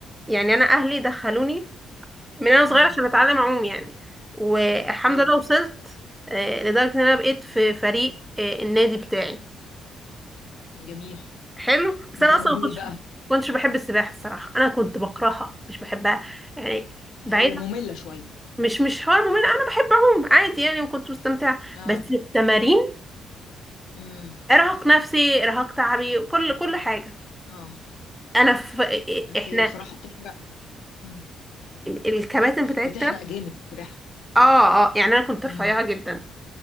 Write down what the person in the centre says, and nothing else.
يعني انا اهلي دخلوني من انا صغيره
عشان اتعلم اعوم يعني والحمد
لله وصلت آه، لدرجه ان انا بقيت في فريق آه، النادي بتاعي
حلو بس
انا اصلا
ما كنتش
كنتش بحب السباحه الصراحه انا كنت بكرهها مش بحبها يعني بعيد
مش مش حوار ممل انا بحب اعوم عادي يعني وكنت مستمتعه
بس التمارين
ارهاق نفسي ارهاق تعبي كل كل حاجه
انا في
احنا
الكباتن بتاعتنا
اه اه يعني انا كنت رفيعه
جدا